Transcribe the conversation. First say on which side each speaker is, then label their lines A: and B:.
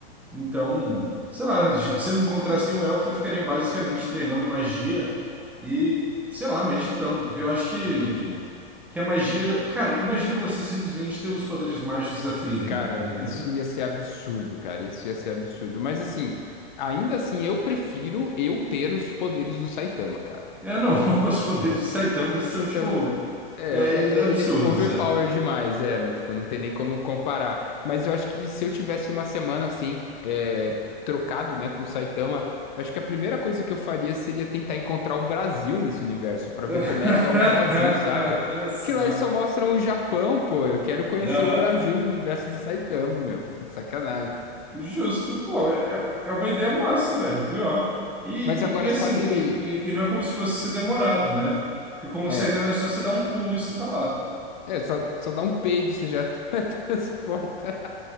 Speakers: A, in the centre; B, on the left.
A: Então, sei lá, j- se eu não encontrasse nenhum elfo, eu ficaria basicamente treinando magia e, sei lá, meditando, porque eu acho que,
B: Entendi.
A: que a magia. Cara, imagina você simplesmente ter os poderes mágicos da Frieren,
B: Cara,
A: tá ligado?
B: isso ia ser absurdo, cara. Isso ia ser absurdo. Mas, assim, ainda assim, eu prefiro eu ter os poderes do Saitama, cara.
A: É,
B: Tipo.
A: não, <laughs> os poderes do Saitama eles
B: Você
A: são, tipo,
B: também. É,
A: é,
B: é,
A: é absurdos,
B: é- ele é overpower
A: é.
B: demais, é, não- tipo, não tem nem como comparar. Mas eu acho que se eu tivesse uma semana assim, é, trocado, né, com o Saitama, acho que a primeira coisa que eu faria seria tentar encontrar o Brasil nesse universo, pra ver
A: <laughs>
B: como é que é o Brasil, saca?
A: Só.
B: Porque lá eles só mostram o Japão, pô. Eu quero conhecer
A: Aham.
B: o Brasil no universo do Saitama, meu. <laughs> Sacanagem.
A: Justo, pô, é, é uma ideia massa, velho, pior. E, e,
B: Mas agora,
A: e
B: sabe.
A: assim, e, e- e não é como se fosse ser demorado, né? Porque como
B: É,
A: o Saitama é só você dar um pulo e você tá lá,
B: é, só, só dá um peido, você já <laughs> transporta.